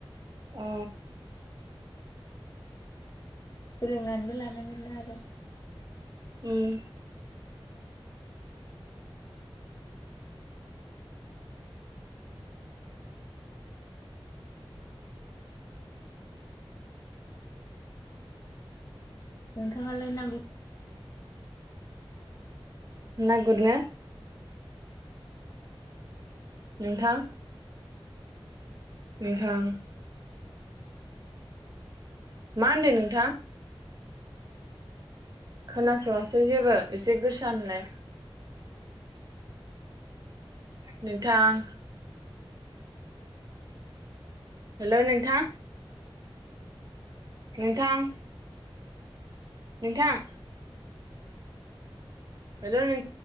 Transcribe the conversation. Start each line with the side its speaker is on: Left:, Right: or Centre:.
Right: अ
Left: सोलोंनानैबो लानांगोन दा आरो
Right: उम
Left: नोंथाङालाय ना गु
Right: ना गुरनो नोंथां नोंथां मा होनदों नोंथां? खोनासवासै जेबो एसे गोस नलाय। नोंथां हेलौ नोंथां नोंथां नोंथां हेलौ नों